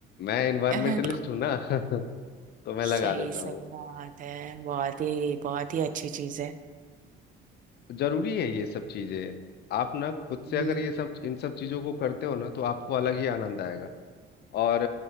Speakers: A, on the left (about 55°); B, on the right (about 40°).
A: मैं इन्वायरमेंटलिस्ट
B: <laughs>
A: हूँ ना <laughs> तो मैं लगा
B: सही
A: देता
B: सही
A: हूँ
B: बात है बहुत ही बहुत ही अच्छी चीज है
A: जरूरी है ये सब चीजें आप ना खुद से
B: हम्म,
A: अगर ये सब इन सब चीजों को करते हो ना तो आपको अलग ही आनंद आएगा और